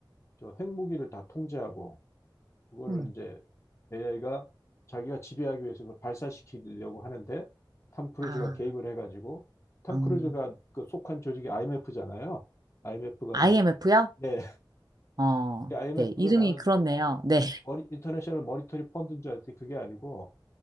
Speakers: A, on the left (about 35°); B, on the right (about 50°).
A: 저 핵무기를 다 통제하고 그거를
B: 어머.
A: 이제 AI가 자기가 지배하기 위해서 그걸 발사시키려고 하는데 탐 크루즈가
B: 아,
A: 개입을 해가지고 탐
B: 음.
A: 크루즈가 그 속한 조직이 IMF잖아요. IMF가
B: IMF요?
A: 이제 네.
B: 어,
A: <laughs> IMF가
B: 네. 이름이
A: 나는
B: 그렇네요. 네. <laughs>
A: 머니, 인터내셔널 머니터리 펀드인 줄 알았더니 그게 아니고